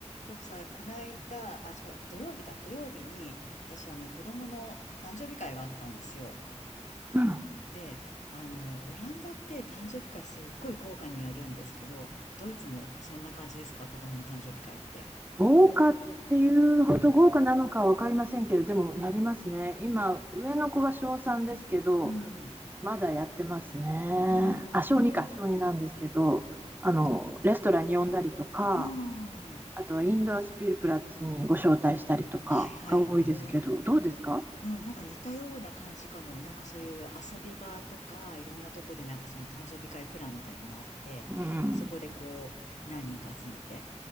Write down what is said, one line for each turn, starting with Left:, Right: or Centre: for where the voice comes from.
Left: 今日さ、この間、あ、違う、土曜日だ、土曜日に、私、あの、子供の誕生日会があったんですよ。
Right: うん
Left: で、あの、オランダって誕生日会すっごい豪華にやるんですけど、ドイツもそんな感じですか子供の誕生日会って。
Right: 豪華っていうほど豪華なのかは分かりませんけど、でもやりますね。
Left: うん、
Right: 今、上の子が小3ですけど、
Left: うん、
Right: まだやってますね。
Left: うん、
Right: あ、小2か、小2なんですけど、あの、
Left: ど、
Right: レストランに呼んだりとか、
Left: うん、は
Right: あとはインドアスピルプラッツにご招待したりとかが多いですけど、
Left: いはいはいはい。
Right: どうですか
Left: うん、なんか似たような感じかも。なんかそういう遊び場とか、いろんなとこでなんかその誕生日会プランみたいのがあって、
Right: うん。
Left: そこでこう、何人か集めて。